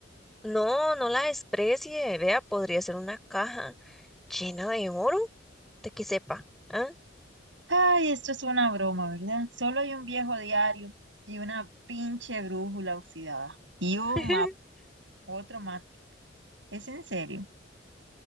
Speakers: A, in the centre; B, on the right.
A: No, no la desprecie. Vea, podría ser una caja llena de oro, de que sepa. ¿ah?
B: Ay, esto es una broma, ¿verdad? Solo hay un viejo diario y una pinche brújula oxidada. Y
A: <laughs>
B: un mapa, otro más. ¿Es en serio?